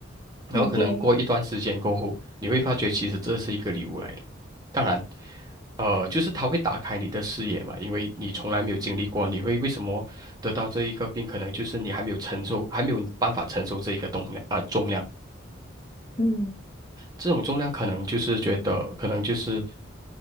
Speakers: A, on the right (about 20°); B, on the left (about 30°).
A: 然后可能过一段时间过后，
B: 嗯，对，
A: 你会发觉其实这是一个礼物来的。当然，呃，就是它会打开你的视野嘛，因为你从来没有经历过，你会为什么得到这一个病，可能就是你还没有承受，还没有办法承受这一个重量啊、重量。
B: 嗯
A: 这种重量可能就是觉得，可能就是